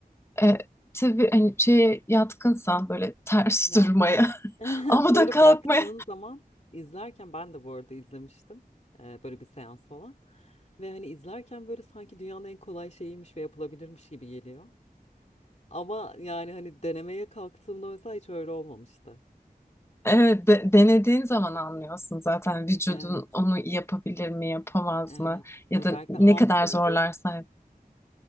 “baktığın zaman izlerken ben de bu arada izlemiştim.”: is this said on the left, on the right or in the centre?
Left